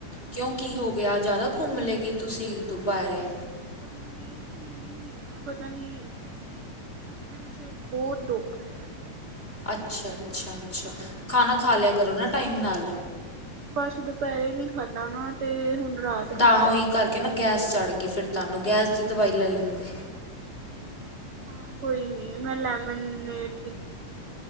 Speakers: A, on the left (about 15°); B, on the right (about 55°).
A: ਕਿਉਂ ਕੀ ਹੋ ਗਿਆ ਜ਼ਿਆਦਾ ਘੁੰਮ ਲਏ ਕਿ ਤੁਸੀਂ, ਦੁਪਹਿਰੇ।
B: ਪਤਾ ਨੀ ਘੁੰਮੀ ਨੀ ਮੈਂ ਪਤਾ ਨੀ, ਐਦਾਂ ਹੀ ਸਿਰ ਬਹੁਤ ਦੁੱਖ ਰਿਹਾ ਅੱਜ।
A: ਅੱਛਾ ਅੱਛਾ ਅੱਛਾ ਖਾਣਾ ਖਾ ਲਿਆ ਕਰੋ ਨਾ ਟਾਈਮ ਨਾਲ।
B: ਬਸ ਦੁਪਹਿਰੇ ਨੀ ਖਾਧਾ ਨਾ, ਤੇ ਹੁਣ। ਰਾਤ
A: ਤਾਂ
B: ਖਾਧਾ
A: ਉਹੀ ਕਰਕੇ ਨਾ ਗੈਸ ਚੜ ਗਈ ਫਿਰ। ਤੁਹਾਨੂੰ, ਗੈਸ ਦੀ ਦਵਾਈ ਲੈ ਲੈਂਦੇ।
B: ਹਾਂ ਕੋਈ ਨੀ, ਮੈਂ ਲੈਮਨੇਡ ਪੀਤੀ ਸੀ।